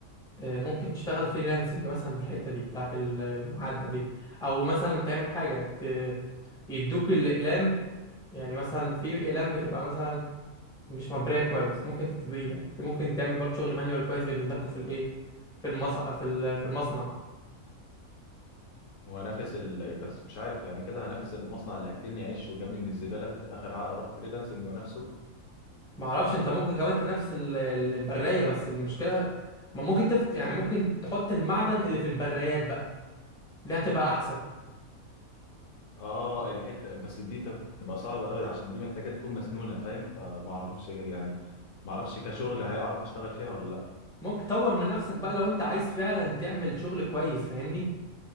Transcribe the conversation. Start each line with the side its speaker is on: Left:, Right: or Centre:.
Centre: آه، ممكن تشتغل فريلانسنج مثلا في الحته دي بتاعت ال- المعادنه دي او مثلا تعمل حاجه ت- يدوك الاقلام يعني مثلا في اقلام بتبقى مثلا مش مبريه كويس ممكن تتبريها انت ممكن تعمل برضه شغل مانيوال كويس بالنسبه لكم في الايه في المصنع في ال- في المصنع
Left: وهنافس ال... إيه، بس مش عارف يعني كده هنافس المصنع اللي اكلني عيش وجابني من الزباله في الاخر هروح فريلانسنج ونفسه
Centre: ما اعرفش انت ممكن كمان تنافس ال- ال- البرايه بس المشكله ما ممكن تفت يعني ممكن تحط المعدن اللي في البرايات بقى دي هتبقى احسن
Left: اه الحته بس دي تبقى صعبه قوي عشان دي محتاجه تكون مسنونه فاهم فما اعرفش يعني ما اعرفش كشغل هيعرف اشتغل فيها ولا لا
Centre: ممكن تطور من نفسك بقى لو انت عايز فعلا تعمل شغل كويس فاهمني